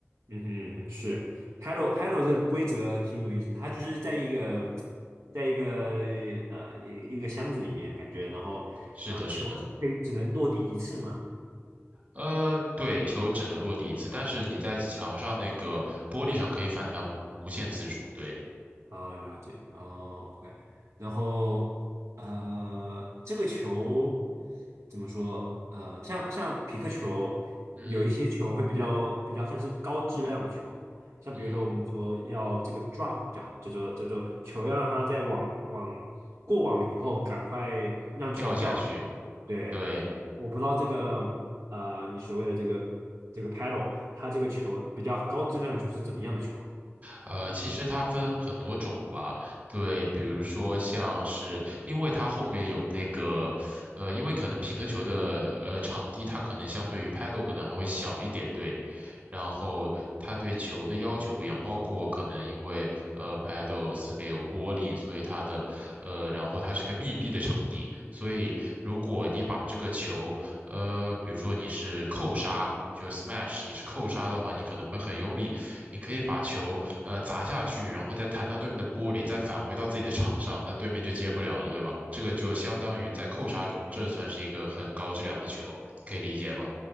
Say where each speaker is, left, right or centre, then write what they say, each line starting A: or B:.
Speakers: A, on the right; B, on the right.
A: 嗯哼，是 paddle paddle 这个规则挺有意思，它就是在一个在一个呃一一个箱子里面感觉，然后啊、
B: 是的，
A: 呃球可以只能落地一次嘛。
B: 是的。呃，对，球只能落地一次，但是你在墙上那个玻璃上可以反弹无无限次数，对，
A: 啊，了解，哦，OK，然后呃，这个球怎么说？呃，像像匹克球，
B: 嗯
A: 有一些球会比较比较算是高质量的球，像比如说我们的球要这个
B: 嗯嗯，
A: drop 比较好，叫做叫做球要让它在网网过网了以后，赶快让球掉下来
B: 掉下去。
A: 对，
B: 对，
A: 我不知道这个呃，你所谓的这个这个 paddle，它这个球比较高质量的球是怎么样的球？
B: 呃，其实它分很多种吧，对，比如说像是，因为它后面有那个，呃，因为可能匹克球的呃场地它可能相对于 Paddle 可能还会小一点，对，然后它对球的要求不一样，包括可能因为呃 Paddle 四面有玻璃，所以它的呃，然后它是个密闭的场地，所以如果你把这个球呃，比如说你是扣杀，就是 smash，你是扣杀的话，你可能会很用力，你可以把球呃砸下去，然后再弹到对面的玻璃，再返回到自己的场上，那对面就接不了了，对吧？这个就相当于在扣杀中，这算是一个很高质量的球，你可以理解吧？